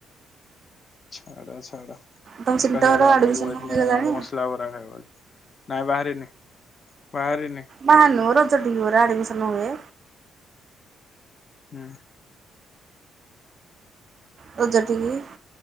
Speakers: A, on the left; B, on the right.
A: ଝାଡା ଝାଡା।
B: ତମ ସେଣ୍ଟର
A: ଆକାଶ ଆଡେ ଅନେଇକି
B: ଆଡ଼ମିସନ
A: ବଇଥିଲା
B: ହେଇଗଲାଣି
A: ମସଲା ବରା ଖାଇବ ବଲି। ନାଇଁ ବାହାରିନି। ବାହାରିନି
B: ବାହାରନୁ, ରଜଠିକି ପରା ଆଡ଼ମିସନ୍ ହୁଏ।
A: ହୁଁ।
B: ରଜ ଠିକି।